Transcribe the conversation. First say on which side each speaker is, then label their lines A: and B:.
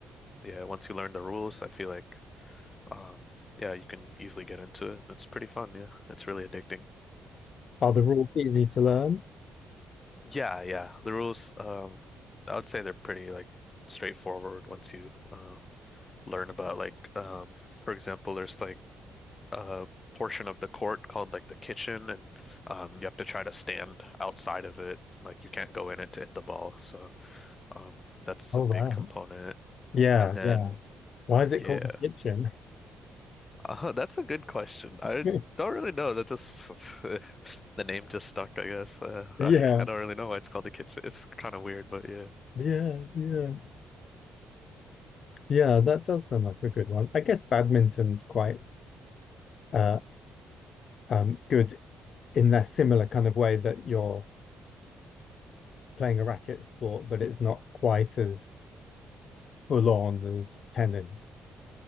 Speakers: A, on the left; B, on the left.
A: yeah, once you learn the rules, I feel like, um, yeah, you can easily get into it. It's pretty fun, yeah. It's really addicting.
B: Are the rules easy to learn?
A: Yeah, yeah. The rules, um, I would say they're pretty like straightforward once you uh learn about like um for example, there's like a portion of the court called like the kitchen and um you have to try to stand outside of it. Like you can't go in it to hit the ball. So Um, that's
B: Oh,
A: a big
B: right.
A: component.
B: Yeah,
A: And then,
B: yeah. Why is
A: yeah,
B: it called the kitchen?
A: uh, that's a good question. I
B: <laughs>
A: don't really know. That just <laughs> the name just stuck, I guess. Uh, <laughs>
B: Yeah,
A: ugh, I don't really know why it's called the kitchen. It's kind of weird, but yeah,
B: yeah, yeah. Yeah, that does sound like a good one. I guess badminton's quite uh um good in that similar kind of way that you're playing a racket sport, but it's not quite as full on as tennis.